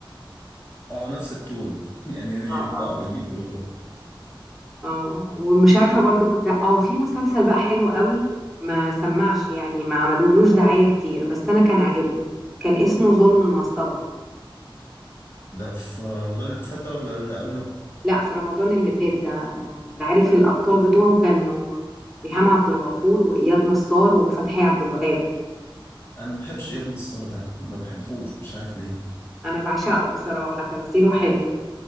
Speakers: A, on the left; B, in the centre.
A: اه نفس الطول <laughs> يعني ينفع
B: اه اه
A: ويليق
B: اه ومش عارفه برضو كنت اه في مسلسل بقى حلو قوي ما سمعش يعني ما عملولوش دعايه كتير بس انا كان عاجبني كان اسمه ظلم المصطبه
A: ده في رمضان اللي فات ده ولا اللي قبله
B: لا في رمضان اللي فات ده آه، انت عارف الابطال بتوعه كانوا ريهام عبد الغفور واياد نصار وفتحي عبد الوهاب
A: انا ما بحبش اياد نصار ده ما بحبوش مش عارف ليه
B: انا بعشقه بصراحه تمثيله حلو